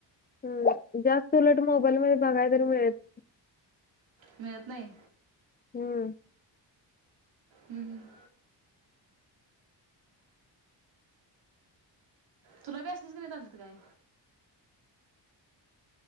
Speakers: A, on the left (about 20°); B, on the right (about 80°).
A: हम जास्त उलट मोबाईल मध्ये बघाय तर मिळत
B: मिळत नाही?
A: हम्म
B: ह हम तुला बी असलीच गणितं आलतीत काय?